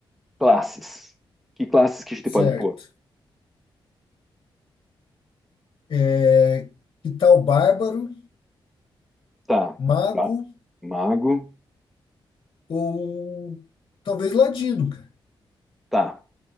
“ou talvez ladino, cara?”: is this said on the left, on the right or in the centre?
Left